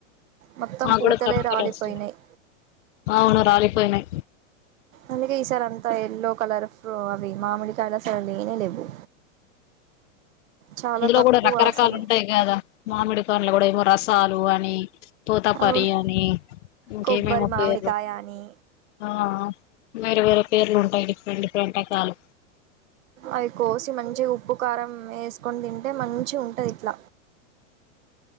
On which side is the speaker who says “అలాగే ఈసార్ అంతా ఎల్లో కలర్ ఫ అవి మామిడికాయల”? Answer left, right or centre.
Right